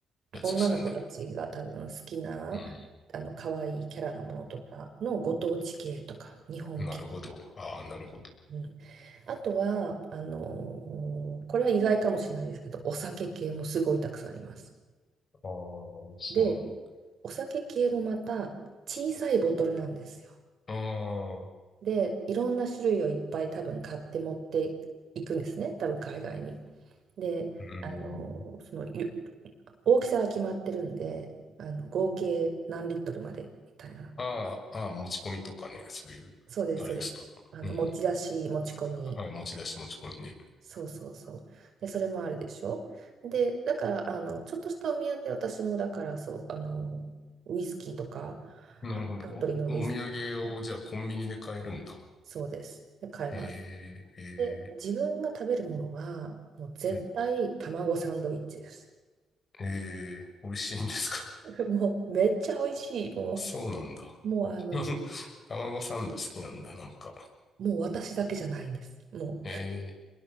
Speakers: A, on the left (about 40°); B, on the right (about 60°).
A: やつですよね。
B: 女の子たちが多分好きな
A: うん。
B: あの可愛いキャラのものとかのご当地系とか日本系
A: うん。なるほど。ああ、なるほど。
B: うん、あとは、あのーこれは意外かもしれないですけど、お酒系もすごいたくさんあります。
A: ああ、そうなんだ。
B: で、お酒系もまた小さいボトルなんですよ。
A: ああ、
B: で、いろんな種類をいっぱい多分買って持っていくんですね、多分海外に。で、
A: うん。
B: あのーそのゆ大きさが決まってるんで、あの合計何リットルまでみたいな。
A: ああ、ああ、持ち込みとかね、そういう、
B: そうです、
A: あれですか。
B: そうです。あの持ち出し、
A: うん。
B: 持ち込み。
A: はい、持ち出し持ち込みね。
B: そうそうそう。で、それもあるでしょ。で、だから、あの、ちょっとしたお土産、私もだから、そう、あの、ウイスキーとか、
A: なるほど。
B: あ、サントリーのウイスキーとか、
A: お、お土産をじゃあコンビニで買えるんだ。
B: そうです。で、買います。
A: えええ
B: で、自分が食べるものは、もう絶対卵サンドイッチです。
A: ーはい。ええ美味しいんですか
B: <laughs> もう、めっちゃ美味しい。
A: <laughs>
B: も
A: そうなんだ。
B: う、もう、あの、
A: <laughs> 卵サンド好きなんだ、なんか。
B: もう私だけじゃないんです。も
A: え